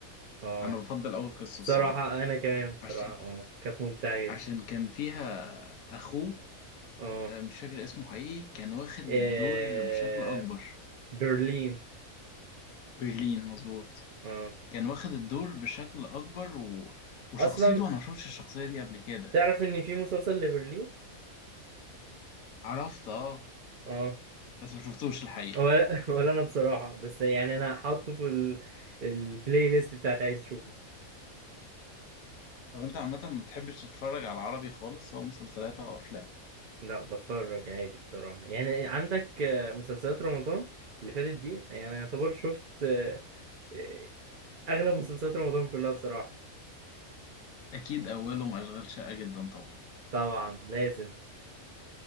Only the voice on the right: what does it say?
اه
بصراحة
انا كمان بصراحة
اه كانت ممتعة جدا
اه
إيه...
برلين
اه
اصلا
تعرف ان في مسلسل لبرلين
اه
ولا <laughs> ولا انا بصراحة بس يعني انا حاطه في ال... البلاي ليست بتاعتي عايز اشوفه
لا بتفرج عادي بصراحة يعني عندك آه، مسلسلات رمضان اللي فاتت دي يعني يعتبر شفت آه، آه، اغلب مسلسلات رمضان كلها بصراحة
طبعا لازم